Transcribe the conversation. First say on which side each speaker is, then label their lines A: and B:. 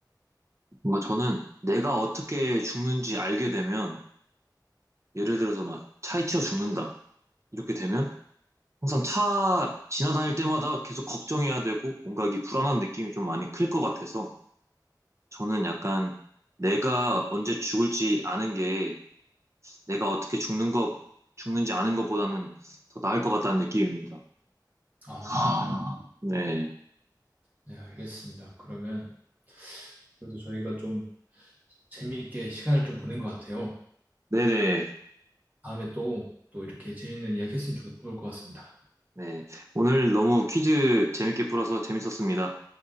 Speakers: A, on the right; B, on the right.
A: 뭔가 저는 내가 어떻게 죽는지 알게 되면, 예를 들어서 막 차에 치여 죽는다. 이렇게 되면 항상 차 지나다닐 때마다 계속 걱정해야 되고, 뭔가 이 불안한 느낌이 좀 많이 클 것 같아서, 저는 약간 내가 언제 죽을지 아는 게, 내가 어떻게 죽는 거, 죽는지 아는 것보다는 더 나을 것 같다는 느낌입니다.
B: 아,
A: 아,
B: 그렇구나.
A: 네.
B: 네, 알겠습니다. 그러면 그래도 저희가 좀 재미있게 시간을 좀 보낸 것 같아요.
A: 네네.
B: 다음에 또, 또 이렇게 재밌는 이야기 했으면 좋을 것 같습니다.
A: 네. 오늘 너무 퀴즈 재밌게 풀어서 재밌었습니다.